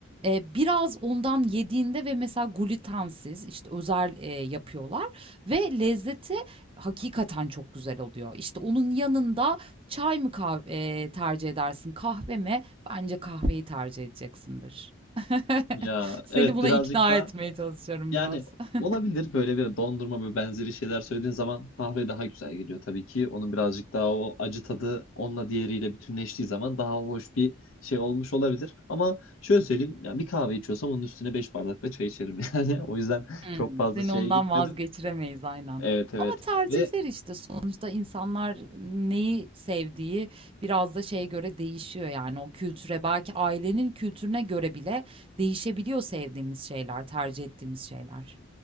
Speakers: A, on the right; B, on the left.
A: e, biraz ondan yediğinde ve mesela glutensiz işte özel e, yapıyorlar ve lezzeti hakikaten çok güzel oluyor. İşte onun yanında çay mı kah- e, tercih edersin, kahve mi? Bence kahveyi tercih edeceksindir. <laughs>
B: Ya
A: Seni
B: evet
A: buna
B: birazcık
A: ikna
B: da
A: etmeye çalışıyorum
B: Yani
A: biraz. <laughs>
B: olabilir böyle bir dondurma ve benzeri şeyler söylediğin zaman kahve daha güzel geliyor tabii ki. Onun birazcık daha o acı tadı onunla diğeriyle bütünleştiği zaman daha hoş bir şey olmuş olabilir. Ama şöyle söyleyeyim ya bir kahve içiyorsam onun üstüne 5 bardak da çay içerim <laughs> yani. O yüzden
A: Hımm.
B: çok fazla
A: Seni
B: şeye
A: ondan
B: gitmedim.
A: vazgeçiremeyiz aynen.
B: Evet evet.
A: Ama tercihler
B: Ve
A: işte sonuçta insanlar neyi sevdiği biraz da şeye göre değişiyor yani o kültüre belki ailenin kültürüne göre bile değişebiliyor sevdiğimiz şeyler, tercih ettiğimiz şeyler.